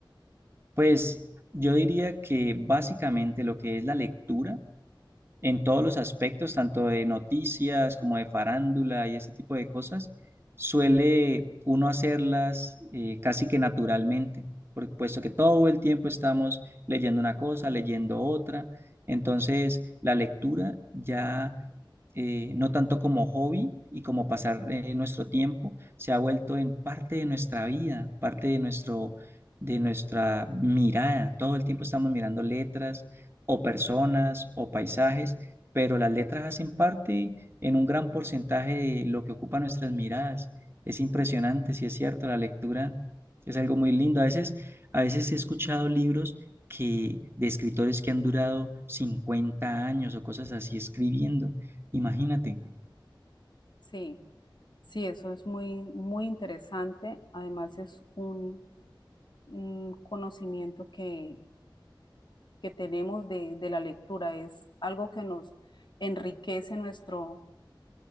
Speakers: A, on the right; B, on the left.
A: Pues yo diría que básicamente lo que es la lectura en todos los aspectos, tanto de noticias como de farándula y ese tipo de cosas, suele uno hacerlas eh, casi que naturalmente, por- puesto que todo el tiempo estamos leyendo una cosa, leyendo otra. Entonces, la lectura ya eh, no tanto como hobby y como pasar eh, nuestro tiempo, se ha vuelto en parte de nuestra vida, parte de nuestro, de nuestra mirada. Todo el tiempo estamos mirando letras o personas o paisajes, pero las letras hacen parte en un gran porcentaje de lo que ocupa nuestras miradas. Es impresionante, si es cierto, la lectura es algo muy lindo. A veces, a veces he escuchado libros que de escritores que han durado 50 años o cosas así escribiendo. Imagínate.
B: Sí. Sí, eso es muy, muy interesante. Además, es un, un conocimiento que, que tenemos de, de la lectura. Es algo que nos enriquece nuestro